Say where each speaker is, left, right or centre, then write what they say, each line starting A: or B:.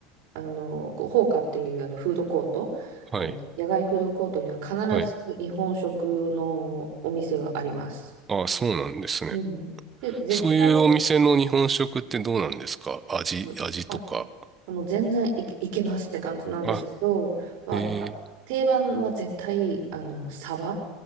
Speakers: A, on the right; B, on the right.
A: あの、こうホーカっていうあのフードコート、
B: はい。
A: あの野外フードコートには必ず日本食のお店はあります。
B: はい。あ、そうなんですね。
A: うん。で、絶対、
B: そういうお店の日本食ってどうなんですか味、
A: うんあ、
B: 味とか。
A: あの全然い、いけますって感じなんですけど、
B: あ、
A: まあ、
B: えー、
A: 定番は絶対、あの、サバ、